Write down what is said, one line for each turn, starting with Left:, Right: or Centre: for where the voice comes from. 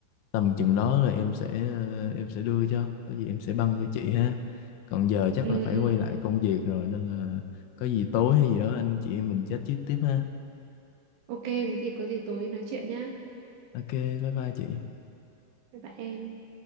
Left: tầm chừng đó là em sẽ ờ, em sẽ đưa cho có gì em sẽ băng cho chị ha còn giờ chắc
Right: ừ
Left: là phải
Right: ừ
Left: quay lại công việc rồi nên là có gì tối hay gì đó anh chị em mình chat chít tiếp ha
Right: Ok, thế thì có gì tối nói chuyện nhá.
Left: ok bye bye chị
Right: Bye bye em.